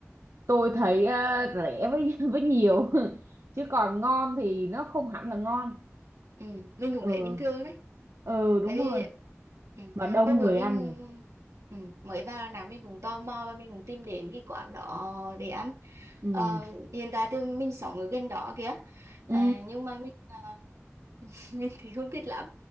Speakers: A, on the right (about 65°); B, on the right (about 80°).
A: tôi thấy ờ, rẻ với <laughs> với nhiều <laughs> chứ còn ngon thì nó không hẳn là ngon
B: ừ, mình cũng
A: ừ
B: thấy bình thường đấy
A: ừ đúng
B: tại
A: rồi
B: vì ừ,
A: mà đông
B: hồi bữa
A: người
B: mình
A: ăn nhỉ?
B: ừ, mới vào Đà Nẵng mình cũng tò mò và mình cũng tìm đến cái quán đó để ăn
A: ừ
B: Ờ, hiện tại thì mình sống ở gần đó kìa
A: ừ
B: Ờ, nhưng mà mình à, <laughs> mình thì không thích lắm